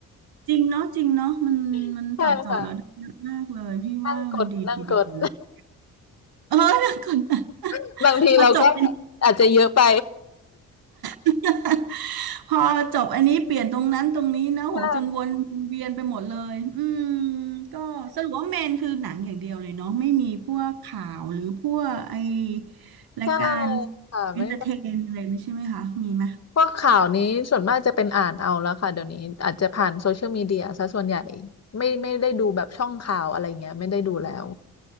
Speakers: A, on the right; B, on the left.
A: จริงเนาะจริงเนาะมันมันตอบโจทย์เราได้เยอะมากเลยพี่ว่ามันดีทีเดียว
B: <laughs> ใช่ค่ะนั่งกดนั่งกด
A: เออ <laughs> เดี๋ยวก่อนะ
B: <laughs> บางทีเราก็
A: มาจบ
B: อาจจะเยอะไป
A: <laughs> พอจบอันนี้เปลี่ยนตรงนั้นตรงนี้นะโหจนวนเวียนไปหมดเลยอืม
B: <laughs> ใช่
A: ก็สรุปว่าเมนคือหนังอย่างเดียวเลยเนาะไม่มีพวกข่าวหรือพวกไอรายการ
B: ใช่ค่ะไม่
A: เอนเตอร์เทนอะไรไม่ใช่ไหมคะมีไหม
B: พวกข่าวนี้ส่วนมากจะเป็นอ่านเอาแล้วค่ะเดี๋ยวนี้อาจจะผ่านโซเชียลมีเดียซะส่วนใหญ่ไม่ไม่ได้ดูแบบช่องข่าวอะไรเงี้ยไม่ได้ดูแล้ว